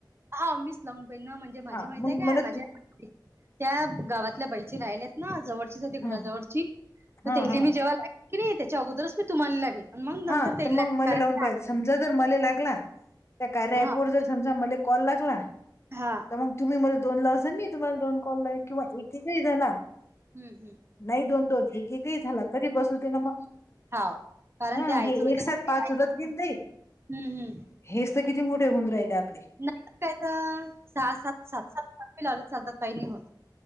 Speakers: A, on the right; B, on the left.
A: हा मीच लावून पहिल ना म्हणजे माझी
B: हा
A: माहती
B: मग
A: आहे काय
B: मला
A: माझ्या त्या गावातल्या बाईचे राहिल्यात ना जवळ तिज त्या घराजवळची
B: हा
A: तर
B: हा
A: त्यायाले
B: हा
A: मी जेव्हा लावीन की नाही त्याच्या अगोदरच मी तुम्हाला लावीन. अनं मग
B: हा
A: नंतर त्यायले
B: तर मग मला
A: कारण
B: लावून
A: काय
B: पाहिजे समजा जर मले लागला त्या कार्या
A: हा
B: ऍप जर समजा मले कॉल लागला
A: हा
B: त मंग तुम्ही मला दोन लावसाल मी तुम्हाला दोन कॉल लावीन किंवा एक एकही झाला
A: हूं हूं
B: नाही दोन दोन एक एकही झाला तरी बस होते ना म
A: हाव कारण
B: हं
A: ते आईचं
B: हे
A: माहिती
B: एक साथ
A: का ते
B: पाच
A: घालते
B: होतात की
A: आईचं
B: नये आई
A: हं, हं.
B: हेच तर किती मोठे होऊन राहिले आत
A: लागतात तर सहा सात सात सात लावल <unintelligible> चालतात काही नाही होत.